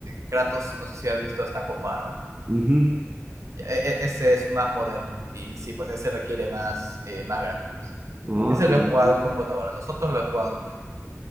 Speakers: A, on the right; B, on the right.
A: Kratos, no sé si has visto, está con barba.
B: Ujú.
A: Ya, e- e- Ese es más moderno y sí, pues ese requiere más, eh, más gráfico.
B: no
A: Ese
B: qué
A: lo
B: lindo.
A: he jugado en computadora, los otros lo he jugado en Play.